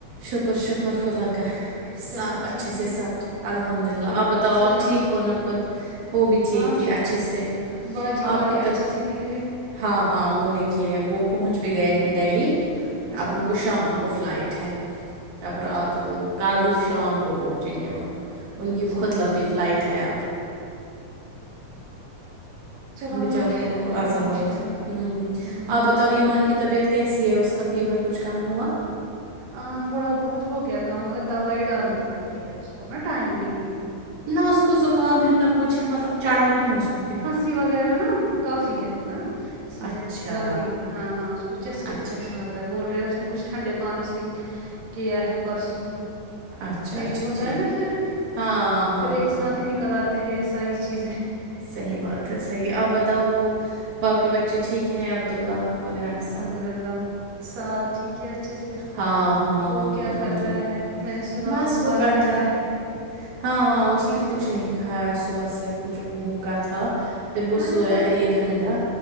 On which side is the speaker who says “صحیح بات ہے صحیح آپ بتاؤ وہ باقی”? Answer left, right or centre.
Right